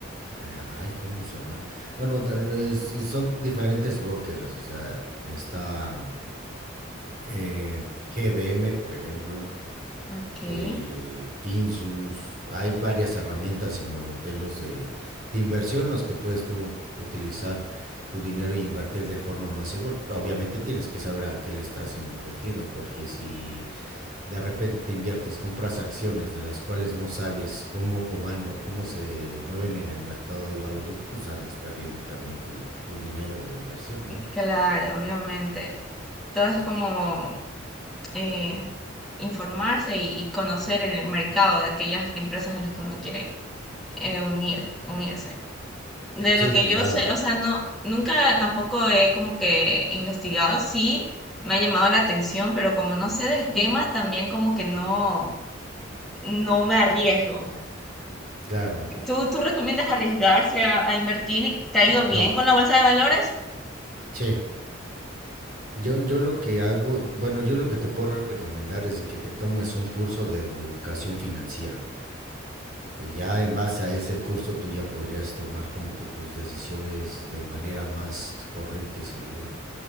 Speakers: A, on the right (about 45°); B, in the centre.
A: eh, ay, ¿cómo se llama? Bueno, da- es- son diferentes brokers, o sea, está mm, eh, GBM, por ejemplo,
B: ok.
A: eh, Finsus, hay varias herramientas y modelos de, de inversión en los que puedes tú utilizar tu dinero y invertir de forma más segura. Obviamente tienes que saber a qué le estás invirtiendo, porque si de repente inviertes, compras acciones de las cuales no sabes cómo van o cómo se mueven en el mercado de valores, pues andas perdiendo también tu, tu dinero o inversión, ¿no?
B: Claro, obviamente. Todo es como eh, informarse y, y conocer el mercado de aquellas empresas a las que uno quiere eh, unir, unirse. De
A: Sí,
B: lo que
A: claro,
B: yo sé, o sea, no, nunca tampoco he como que investigado, sí, me ha llamado la atención, pero como no sé del tema, también como que no, no me arriesgo.
A: claro.
B: ¿Tú, tú recomiendas arriesgarse a, a invertir? y- ¿Te ha ido bien
A: No,
B: con la bolsa de valores?
A: sí. Yo, yo lo que hago, bueno, yo lo que te puedo recomendar es de que te tomes un curso de educación financiera. Eh, Ya en base a ese curso tú ya podrías tomar como que tus decisiones de manera más correcta y segura.